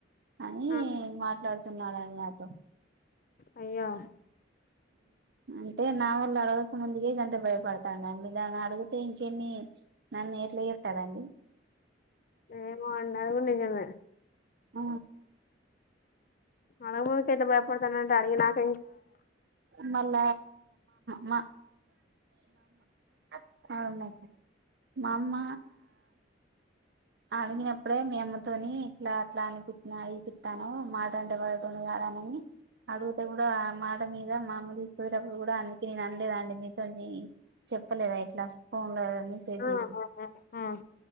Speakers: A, on the right; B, on the left.
A: అని
B: ఆ
A: మాట్లాడుతున్నాడుని నాతో
B: అయ్యో
A: అంటే నా వాళ్ళు అడగక ముందుకే గంత భయపడతా దాన్ని అడిగితే ఇంకేన్ని నన్ను ఎట్లా చేస్తాడండి
B: ఎమో అండి అది గుడా నిజమే
A: ఆ
B: మన ముందు కట్ట భయపడుతుట అడి నాక
A: మళ మా <unintelligible> అవున్నా మామ్మ అడిగినప్పుడే మ అమ్మతోని ఇట్లా అట్లా అనిపి అడిగి తట్టాను మాట అండే వాడు <unintelligible> అడుగుతే కూడా మాట మీద మామద పోయేటప్పుడు కూడా అందుకే నేను అనలేదా అండి మీతో చెప్పలేదు అయితే ఇలా ఫోన్ లో మెసేజ్
B: ఆ
A: చేసి
B: ఆ ఆ ఆ